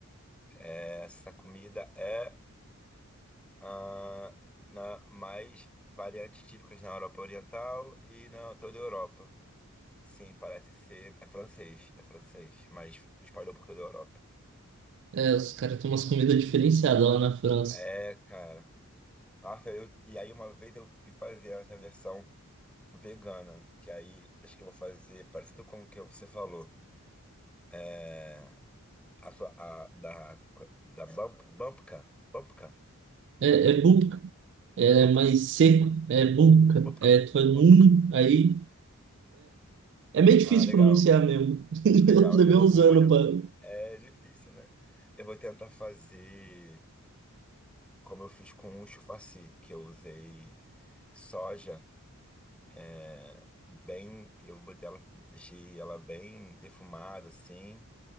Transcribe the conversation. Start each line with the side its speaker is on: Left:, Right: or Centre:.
Centre: É, Essa comida é ah, na, mais variantes típicas na Europa Oriental e na toda a Europa. Sim, parece ser. É francês, é francês, mas espalhou por toda a Europa.
Right: É, os caras têm umas comidas diferenciadas lá na França.
Centre: É, cara. Nossa, eu, e aí uma vez eu fui fazer essa versão vegana, que aí acho que eu vou fazer parecido com o que você falou. É, a sua, a, da, da Bump, Bumpka, Bumpka,
Right: É, é boubka, é
Centre: Bupka,
Right: mais seco, é boubka,
Centre: Bupka,
Right: é toimin,
Centre: Bupka.
Right: aí... É meio difícil
Centre: Ah, legal.
Right: pronunciar mesmo. <laughs>
Centre: Legal.
Right: Eu levei
Centre: Eu
Right: uns
Centre: vou,
Right: anos
Centre: vou tentar.
Right: pra...
Centre: É difícil, né? Eu vou tentar fazer como eu fiz com o chufaci, que eu usei soja, é, bem. Eu botei ela, deixei ela bem defumada, assim,